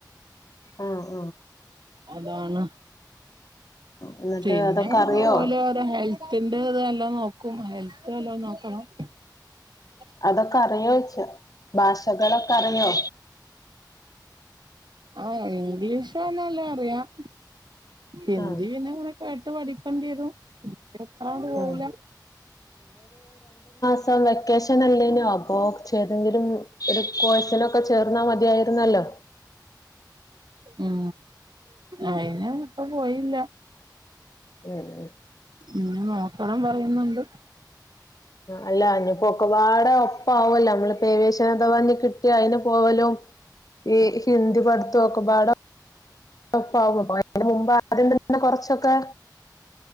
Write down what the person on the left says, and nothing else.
ആഹ ആഹ
എന്നിട്ട്
അതൊക്കെ അറിയോ
അതൊക്കെ അറിയോ ഭാഷകളൊക്കെ അറിയോ
ആഹ്
ആഹ് സ വെക്കേഷൻ അല്ലേനോ അപ്പൊ ചെയ്തെങ്കിലും ഒരു കോഴ്സില ഒക്കെ ചേർന്നാ മതിയായിരുന്നല്ലോ
ഉം ഉ
അല്ല അനിപ്പോൊ ഒെപാട ഒപ്പ ആവല്ല നമ്മള് പേവേശനഥവാന്നി കിട്ടിയ അയിന് പോവലോ ഈ ഹിന്ദി പഠത്തും ഒക്കെപാട പ്പ അന്റെ മുമ്പ് അണ്ടന്ന കൊറച്ചൊക്കെ